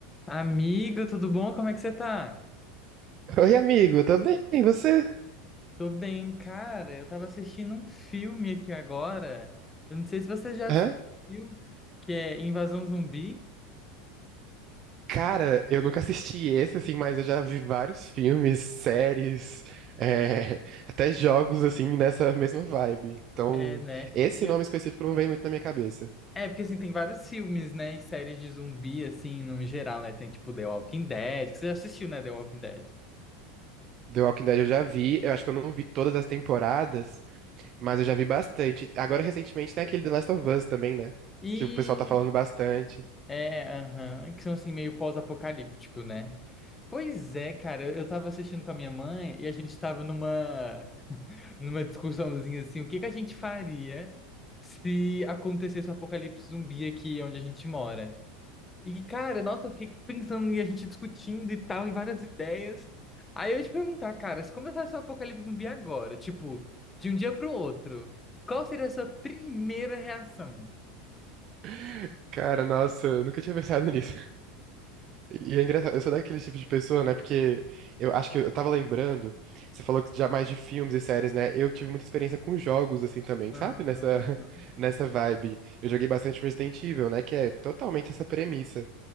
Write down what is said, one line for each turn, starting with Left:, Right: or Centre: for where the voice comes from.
Left: Amigo, tudo bom? Como é que você tá?
Right: Oi, amigo, eu tô bem, e você?
Left: Tô bem, cara. Eu tava assistindo um filme aqui agora. Eu não sei se você já
Right: Hã?
Left: assistiu, que é Invasão Zumbi.
Right: Cara, eu nunca assisti esse, assim, mas eu já vi vários filmes, séries, <laughs> é, até jogos, assim, nessa mesma vibe. Então,
Left: É, né?
Right: esse
Left: E
Right: nome
Left: eu-
Right: específico não vem muito na minha cabeça.
Left: É, porque assim, tem vários filmes, né? E séries de zumbi, assim, no geral, né? Tem tipo The Walking Dead, que você já assistiu, né? The Walking Dead.
Right: The Walking Dead eu já vi, eu acho que eu não vi todas as temporadas, mas eu já vi bastante. Agora, recentemente, tem aquele The Last of Us também, né?
Left: E.
Right: Que o pessoal tá falando bastante.
Left: É, aham, que são assim, meio pós-apocalíptico, né? Pois é, cara, eu tava assistindo com a minha mãe e a gente tava numa, <laughs> numa discussãozinha assim, o que que a gente faria? se acontecesse um apocalipse zumbi aqui onde a gente mora. E, cara, nossa, eu fiquei pensando e a gente discutindo e tal, e várias ideias. Aí eu ia te perguntar, cara, se começasse um apocalipse zumbi agora, tipo, de um dia pro outro, qual seria a sua primeira reação?
Right: <laughs> Cara, nossa, eu nunca tinha pensado <laughs> nisso. E é engraçado, eu sou daquele tipo de pessoa, né? Porque eu acho que eu tava lembrando, você falou que já mais de filmes e séries, né? Eu tive muita experiência com jogos, assim, também,
Left: Ah,
Right: sabe? Nessa,
Left: aham.
Right: <laughs> nessa vibe. Eu joguei bastante Resident Evil, né? Que é totalmente essa premissa.